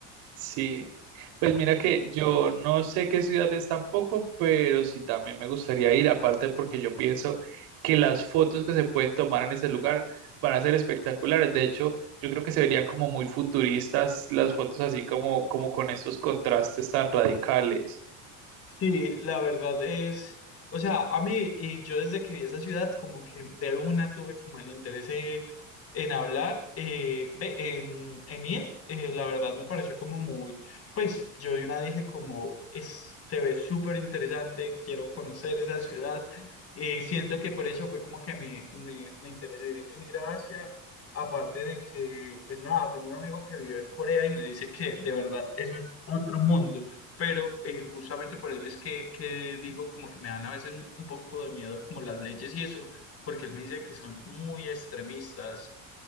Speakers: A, on the right; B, on the left.
A: Sí, pues mira que yo no sé qué ciudad es tampoco, pero sí también me gustaría ir, aparte porque yo pienso que las fotos que se pueden tomar en ese lugar van a ser espectaculares. De hecho, yo creo que se verían como muy futuristas las fotos así como, como con esos contrastes tan radicales.
B: Sí, la verdad es, o sea, a mí y yo desde que vi esa ciudad como que de una tuve como el interés en, en hablar, eh, ve- en, en ir, eh, la verdad me pareció como muy, pues yo de una dije como es, se ve súper interesante, quiero conocer esa ciudad y siento que por eso fue como que me, me, me interesé en ir a Asia, aparte de que, pues nada, tengo un amigo que vive en Corea y me dice que de verdad eso es otro mundo pero eh, justamente por él es que, que digo como que me dan a veces un poco de miedo como las leyes y eso, porque él me dice que son muy extremistas.